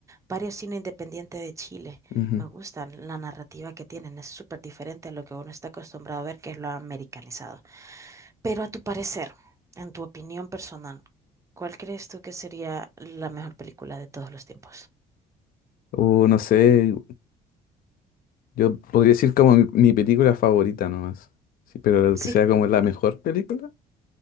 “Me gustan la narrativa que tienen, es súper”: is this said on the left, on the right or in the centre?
Right